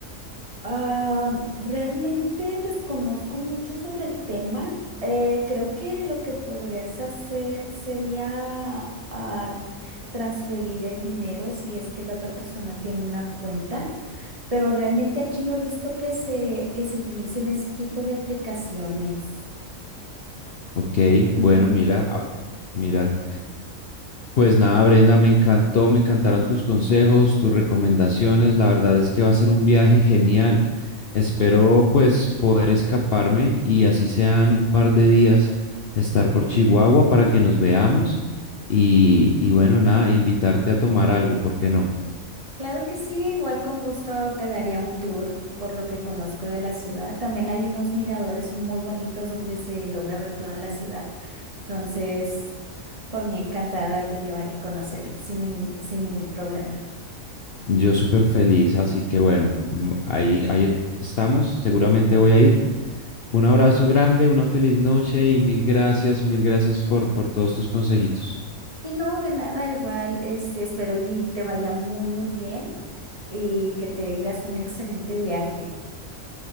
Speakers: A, on the right; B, on the left.
A: Am, realmente desconozco mucho sobre el tema. Eh, creo que lo que podrías hacer sería ah, transferir el dinero si es que la otra persona tiene una cuenta, pero realmente aquí no he visto que se, que se utilicen ese tipo de aplicaciones.
B: Ok,
A: Ujú.
B: bueno, mira, ah, mira. Pues nada, Brenda, me encantó, me encantaron tus consejos, tus recomendaciones. La verdad es que va a ser un viaje genial. Espero pues poder escaparme y así sean un par de días estar por Chihuahua para que nos veamos y, y bueno, nada, invitarte a tomar algo, ¿por qué no?
A: Claro que sí, igual con gusto te daría un tour por lo que conozco de la ciudad. También hay unos miradores muy bonitos donde se logra ver toda la ciudad. Entonces, Por mí encantada te llevaré a conocer sin, nin- sin ningún problema.
B: Yo súper feliz,
A: ¿no?
B: así que bueno, mm, ahí, ahí estamos, seguramente
A: Ah,
B: voy
A: ok.
B: a ir. Un abrazo grande, una feliz noche y mil gracias, mil gracias por, por todos tus consejitos.
A: Y no, de nada, igual, este, espero y te vaya muy, muy bien y que tengas un excelente viaje.